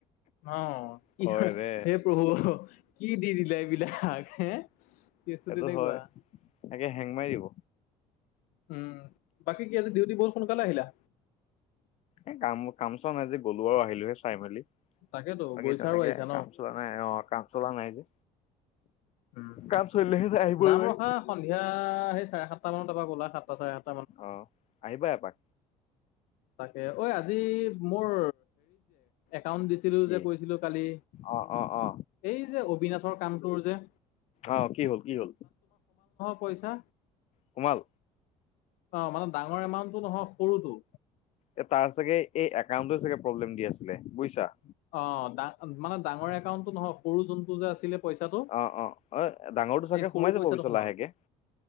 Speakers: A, on the left; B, on the left.
A: অ কি
B: হয়
A: হে
B: দে
A: হে প্ৰভু কি দি দিলে এইবিলাক হে কেচটো
B: এইটো
A: তেনেকুৱা
B: হয় একে হেং মাৰি দিব।
A: উম, বাকী কি আজি ডিউটি বৰ সোনকালে আহিলা?
B: এ কাম কাম চাম আজি গ'লো আৰু আহিলোৱে চাই মেলি।
A: তাকেতো
B: বাকী
A: গৈছা
B: তেনেকে
A: আৰু আহিছা ন?
B: কাম চলা নাই অ কাম চলা নাই যে
A: উম,
B: কাম চলিলেহে আহিব
A: যাম
B: নোৱাৰি
A: ৰখা সন্ধিয়া সেই চাৰে সাতটা মানৰ তাপা গ'লা সাতটা চাৰে সাত
B: অহ আহিবা এপাক।
A: তাকে ঐ আজি মোৰ কাউণ্ট দিছিলোঁ
B: কি
A: যে কৈছিলো কালি,
B: অ অ অ
A: এই যে অবিনাচৰ কামটোৰ যে
B: অহ কি হ'ল কি হ'ল
A: পইছা
B: সোমাল
A: অ মানে ডাঙৰ এমাউণ্টটো নহয় সৰুটো।
B: এ তাৰ চাগে এই একাউণ্টৰ চাগে প্ৰব্লেম দি আছিলে বুয়িছা।
A: অ ডা মানে ডাঙৰ একাউণ্টটো নহয় সৰু যোনটো যে আছিলে। পইচাটো
B: অ অ অ ডাঙৰটো চাগে
A: এই সৰু
B: সোমাই যাব
A: পইচাটো
B: পিছত
A: সোমাল।
B: লাহেকে।